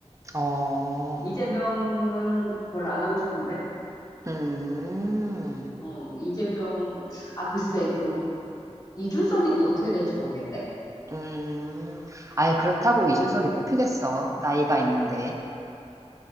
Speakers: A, on the right (about 30°); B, on the left (about 35°).
A: 어.
B: 이재명은 별로 안 하고 싶은데?
A: 음.
B: 어, 이재명, 아, 글쎄, 또, 이준석이 또 어떻게 될지 모르겠네?
A: 음, 아예 그렇다고 이준석이 뽑히겠어. 나이가 있는데.